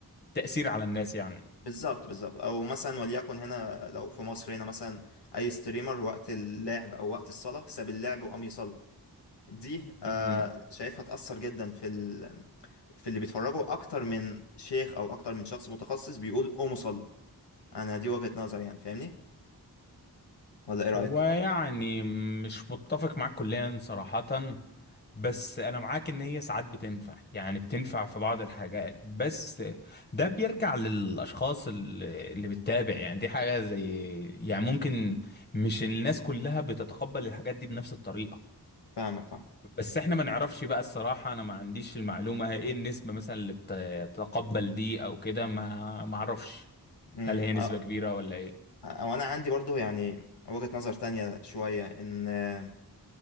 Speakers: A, on the left; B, on the left.
A: تأثير على الناس يعني
B: بالظبط بالظبط او مثلا وليكن هنا لو في مصر هنا مثلا اي ستريمر وقت اللعب او وقت الصلاه ساب اللعب وقام يصلي دي آه،
A: مم.
B: شايفها تأثر جدا في ال... في اللي بيتفرجوا أكتر من شيخ أو أكتر من شخص متخصص بيقول قوموا صلوا أنا دي وجهة نظري يعني فاهمني ولا إيه رأيك؟
A: هو يعني مش متفق معاك كليا صراحة بس انا معاك ان هي ساعات بتنفع يعني بتنفع في بعض الحاجات بس ده بيرجع للاشخاص اللي اللي بتتابع يعني دي حاجة زي يعني ممكن مش الناس كلها بتتقبل الحاجات دي بنفس الطريقة
B: فاهمك فاهم
A: بس احنا ما نعرفش بقى الصراحة انا ما عنديش المعلومة ايه النسبة مثلا اللي بتتقبل دي او كده ما ما اعرفش
B: أمم،
A: هل هي نسبة
B: أ-
A: كبيرة ولا ايه
B: أ- وأنا عندي برضو يعني وجهة نظر تانية شوية إن آه،